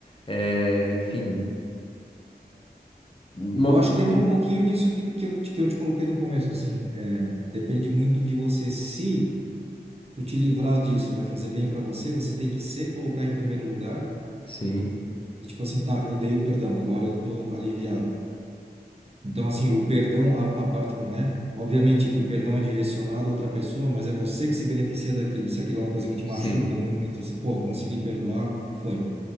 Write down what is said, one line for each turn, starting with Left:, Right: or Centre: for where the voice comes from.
Left: é, enfim, mo-
Right: Eu acho que
Left: tipo,
Right: entra um pouquinho disso que, que, eu, te- que eu te coloquei no começo, assim, é, depende muito de você. Se tu te livrar disso, vai fazer bem para você, você tem que se colocar em primeiro lugar
Left: sim,
Right: e tipo assim, tá, eu dei o perdão, agora eu tô aliviado. Então, assim, o perdão, a, a parte, né? Obviamente que o perdão é direcionado a outra pessoa, mas é você que se beneficia daquilo. Se aquilo é uma coisa que te
Left: sim.
Right: machuca muito, então, se, pô, consegui perdoar, foi.